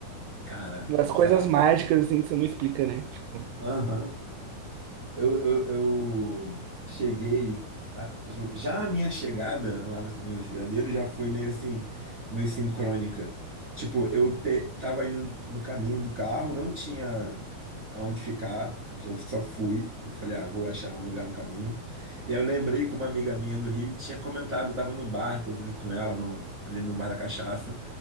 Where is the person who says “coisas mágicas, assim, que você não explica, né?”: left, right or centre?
Right